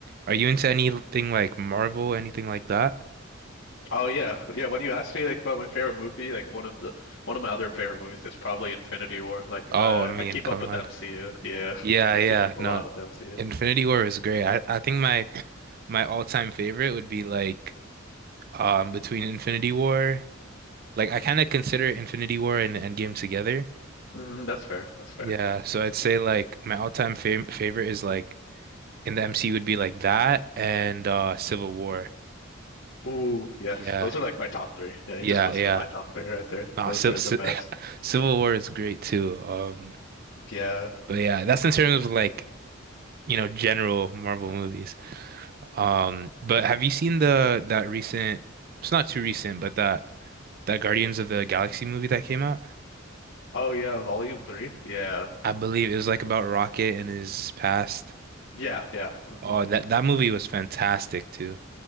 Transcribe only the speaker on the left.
Oh yeah, yeah. When you asked me like about my favorite movie, like one of the one of my other favorite movies is probably Infinity War. Like
I
I keep
up with
the MCU, yeah,
I
keep up a
lot with the MCU.
hmm that's fair. That's fair.
Ooh, yes.
Those are like my top three. Yeah, you
just listed
my top three right there.
Those
are the
best.
Yeah.
Oh yeah, volume three. Yeah.
Yeah, yeah. hmm